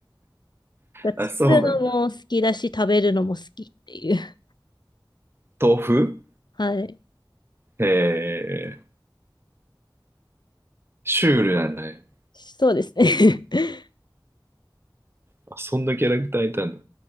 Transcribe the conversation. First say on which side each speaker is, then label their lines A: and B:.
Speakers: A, on the left (about 60°); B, on the right (about 30°).
A: だから作るのも好きだし、
B: あ、そうなんだ。
A: 食べるのも好きっていう。
B: 豆腐
A: はい。
B: へえ、シュールなんだね。
A: そうですね。<laughs>
B: あ、そんなキャラクターいたんだ。